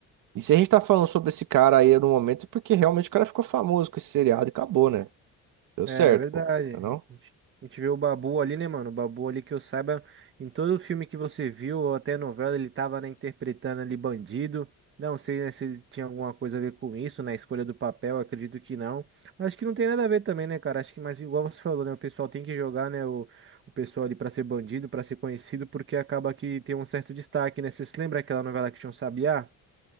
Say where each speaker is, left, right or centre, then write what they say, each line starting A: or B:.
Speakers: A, on the right (about 75°); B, on the right (about 40°).
A: E se a gente tá falando sobre esse cara aí no momento, é porque realmente o cara ficou famoso com esse seriado e acabou, né? Deu
B: É
A: certo,
B: é verdade.
A: pô. Não? é
B: A gente, a gente vê o Babu ali, né, mano? O Babu ali que eu saiba, em todo filme que você viu, ou até novela, ele tava, né, interpretando ali bandido. Não sei, né, se ele tinha alguma coisa a ver com isso, na escolha do papel, acredito que não. Mas acho que não tem nada a ver também, né, cara? Acho que, mas igual você falou, né, o pessoal tem que jogar, né, o, o pessoal ali pra ser bandido, pra ser conhecido, porque acaba que tem um certo destaque, né? Você se lembra aquela novela que tinha um Sabiá?